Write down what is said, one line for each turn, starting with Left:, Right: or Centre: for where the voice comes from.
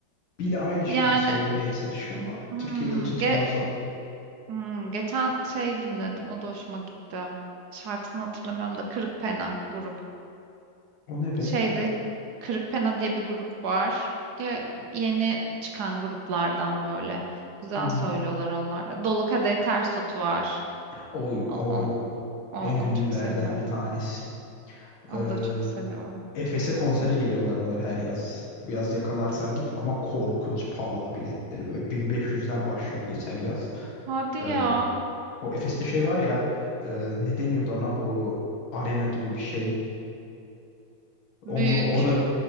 Left: Billie Eilish
Right: Yani
Left: gibi söylemeye çalışıyor ama
Right: hmm,
Left: Türkiye'de tutmaz
Right: ge-
Left: o.
Right: hmm, geçen şey dinledim. O da hoşuma gitti. Şarkısını hatırlamıyorum da Kırık Pena grup.
Left: O ne be?
Right: şeyde Kırıkpena diye bir grup var. Ya yeni çıkan gruplardan böyle. Güzel
Left: Hı hı.
Right: söylüyorlar onlar da. Dolu Kadehi Ters Tut var.
Left: O,
Right: O,
Left: o
Right: o- o- onu
Left: en ünlülerden
Right: çok seviyorum.
Left: bir tanesi.
Right: Onu
Left: Ee,
Right: da çok seviyorum.
Left: Efes'e konsere geliyorlar onlar her yaz. Bu yaz yakalarsan git ama korkunç pahalı biletleri. Böyle 1500'den başlıyordu geçen yaz.
Right: Hadi
Left: Ee,
Right: ya.
Left: o Efes'te şey var ya e, ne deniyordu ona bu arena gibi bir şey.
Right: Büyük.
Left: Onun orada
Right: ıı,